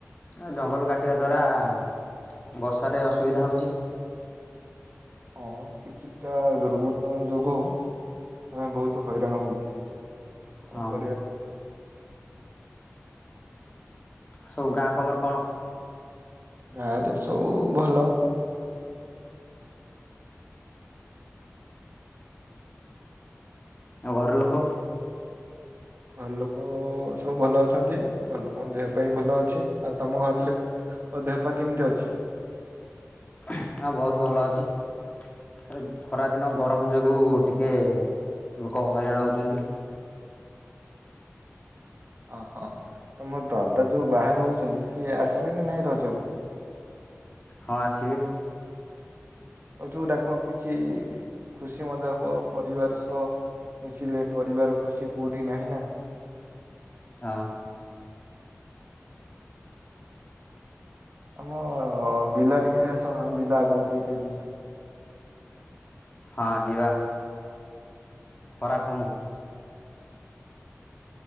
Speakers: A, on the left; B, on the right.
A: ଆ ଜଙ୍ଗଲ କାଟିବା ଦ୍ୱାରା ବର୍ଷାରେ ଅସୁବିଧା ହଉଚି।
B: ହଁ, କିଛିଟା ଦୁର୍ବୃତ୍ତଙ୍କ ଯୋଗୁ ଆମେ ବହୁତ ହଇରାଣ ହଉଚେ। କଣ
A: ହଁ।
B: କରିବା?
A: ସବୁ ଗାଁ ଖବର କଣ?
B: ଗାଁରେ ସବୁ ଭଲ।
A: ଆଉ ଘର ଲୋକ?
B: ଘର ଲୋକ ସବୁ ଭଲ ଅଛନ୍ତି। ଘର ଲୋକଙ୍କ ଦେହ ପା ବି ଭଲ ଅଛି। ଆଉ ତମ ଘର ଙ୍କ ଦେହ ପା କେମିତି ଅଛି?
A: ହଁ, ବହୁତ ଭଲ ଅଛି। ଆଉ ଖରାଦିନ ଗରମ ଯୋଗୁଁ ଟିକେ ଲୋକ ହଇରାଣ ହଉଚନ୍ତି।
B: ଓହୋ, ତମ ଦାଦା ଯୋଉ ବାହାରେ ହଉଚନ୍ତି, ସିଏ ଆସିବେ ନା ନାଇଁ ରଜକୁ?
A: ହଁ, ଆସିବେ।
B: ଅ ଯୋଉ ଡାକ କିଛି ଖୁସି ମଜା ହୁଅ। ପରିବାର ସହ ମିଶିଲେ ପରିବାର ଖୁସି କୋଉଠି ନାହିଁ ନା।
A: ହଁ।
B: ଆମ ବିଲା ଟିକେ ଆସ। ଆମ ବିଲା ଆଗକୁ ଟିକେ ଟିକେ ଯିବା।
A: ହଁ, ଯିବା। ଖରା କମୁ।